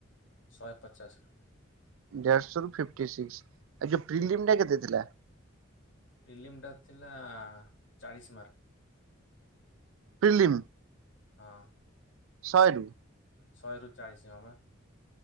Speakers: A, on the left; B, on the right.
A: ଶହେ ପଚାଶ ରୁ।
B: ଦେଢଶ ରୁ ଫିକ୍ଟି ସିକ୍ସ ଆଉ ଯୋଉ ପ୍ରିଲିୟମ ଟା କେତେ ଥିଲା?
A: ପ୍ରିଲିମଟା ଥିଲା ଚାଳିଶ ମାର୍କ।
B: ପ୍ରିଲିମ୍?
A: ହଁ।
B: ଶହେରୁୁ?
A: ଶହେ ରରୁ ଚାଳିଶ ଜମା।